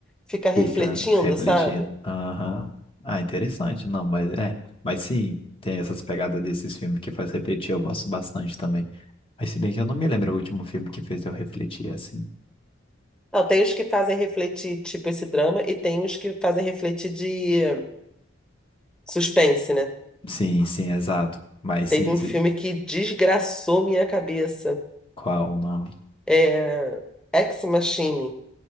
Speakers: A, in the centre; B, on the left.
A: fica refletindo,
B: Fica refletindo.
A: sabe?
B: Aham. Ah, interessante. Não, mas é. Mas sim, tem essas pegadas desses filmes que faz refletir. Eu gosto bastante também. Mas se bem que eu não me lembro o último filme que fez eu refletir assim.
A: Não, tem os que fazem refletir, tipo esse drama, e tem os que fazem refletir de suspense, né?
B: Sim, sim, exato. Mas
A: Teve
B: sim, esse...
A: um filme que desgraçou minha cabeça.
B: qual o nome?
A: É... Ex Machine.